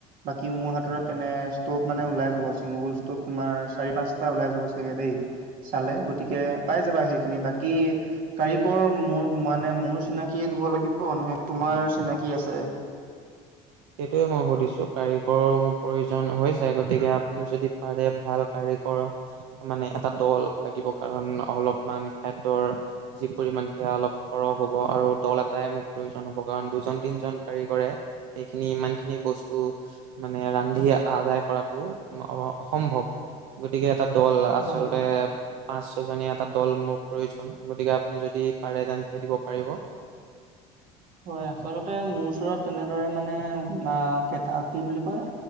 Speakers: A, on the right (about 60°); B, on the right (about 80°).
A: বাকী মোৰ হাতত তেনে ষ্টভ মানে ওলাই যাব। চিংগল ষ্টভ তোমাৰ চাৰি পাঁচটা ওলাই যাব, চাগে দেই। চালে গতিকে পাই যাবা সেইখিনি, বাকী কাৰিকৰ মোৰ মানে মোৰ চিনাকিয়ে দিব লাগিব নে, তোমাৰ চিনাকি আছে?
B: সেইটোয়ে মই সুধিছো, কাৰিকৰৰ মোৰ প্ৰয়োজন হৈছে। গতিকে আপুনি যদি পাৰে ভাল কাৰিকৰ। মানে এটা দল লাগিব। কাৰণ অলপমান খাদ্যৰ যি পৰিমণ সেয়া অলপ সৰহ হ'ব। আৰু দল এটাই মোক প্ৰয়োজন হ'ব। কাৰণ দুজন তিনজন কাৰিকৰে এইখিনি ইমান খিনি বস্তু মানে, ৰান্ধি আদায় কৰাতটো অসম্ভৱ। গতিকে, এটা দল আচলতে
A: হয়।
B: পাঁচ ছ জনীয়া এটা দল মোক প্ৰয়োজন, গতিকে আপুনি যদি পাৰে তেন্তে দিব পাৰিব।
A: হয় আচলতে মোৰ ওচৰত তেনেদৰে মানে কটা কি বুলি কয়,